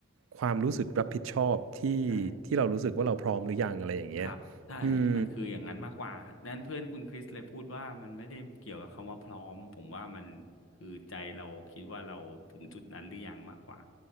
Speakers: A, on the right (about 85°); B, on the left (about 80°).
A: ความรู้สึกรับผิดชอบที่
B: ใช่
A: ที่เรารู้สึกว่าเราพร้อมหรือยังอะไรอย่างเงี้ย
B: ครับใช่มันคืออย่างนั้นมากกว่านั้นเพื่อนคุณคริสเลยพูดว่ามันไม่ได้เกี่ยวกับคำว่าพร้อมผมว่ามันคือใจเราคิดว่าเราถึงจุดนั้นหรือยังมากกว่า
A: อืม